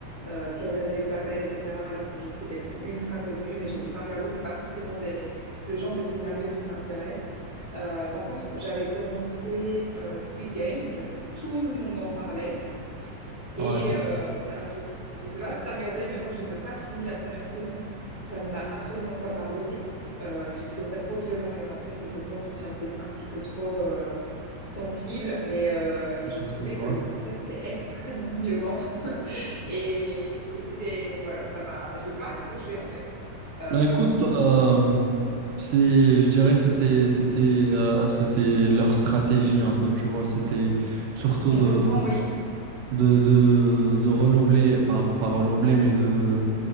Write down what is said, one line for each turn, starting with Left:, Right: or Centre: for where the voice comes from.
Left: euh, Casa del Papel, etc. Alors que je sais qu'elles sont ultra connues, mais je les ai pas regardées. C'est pas forcément des, le genre de scénario qui m'intéresse. Euh, par contre, j'avais commencé euh, Squid Games parce que tout le monde en parlait. Et
Right: Ouais, c'est
Left: euh,
Right: ça.
Left: alors, je ne sais pas si tu as regardé, mais moi, j'ai même pas fini la première saison. Ça ne m'a absolument pas parlé. Euh, j'ai trouvé ça trop violent. Alors après, c'est peut-être moi qui suis un, petit- un petit peu trop euh, sensible, mais euh,
Right: C'est
Left: j'ai
Right: possible,
Left: trouvé que
Right: ouais.
Left: le concept était extrêmement violent. <laughs> Et, et c'était, voilà, ça m'a, j'ai pas accroché en fait. Euh,
Right: Ben écoute, euh, c'est, je dirais c'était c'était euh, c'était leur stratégie un peu, tu vois, c'était surtout
Left: complètement,
Right: de
Left: oui.
Right: de, de, de renouveler, par pas renouveler, mais de,